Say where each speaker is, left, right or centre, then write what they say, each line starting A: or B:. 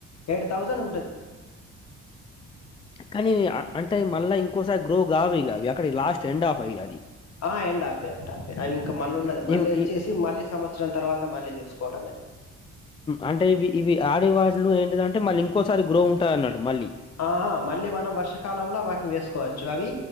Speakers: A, on the left; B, on the left.
A: ఏడు తసన్
B: కానీ అంటే మళ్ళా ఇం క్కసారి గోగావిగా అక్కకి లాస్ట్ ఎండ్ ఆఫ్ ఏ అది
A: ఆ end of a end of a అవి ఇక మళ్ళీ ఉండదు మళ్లీ
B: ఇవ్
A: మవచ్చేసి
B: ఇ
A: మళ్లీ సంవత్రం తర్వాత మళ్లీ చేసుకోవడమే
B: అంటే ఇవి ఇవి ఆడేవాళ్లు ఏంటిదంటే మళ్లీ ఇంకోసారి గ్రో ఉంటయి అన్నట్టు మళ్ళీ
A: ఆ ఆ మళ్లీ మనం వర్షకాలంలో వేసుకోవచ్చు అవి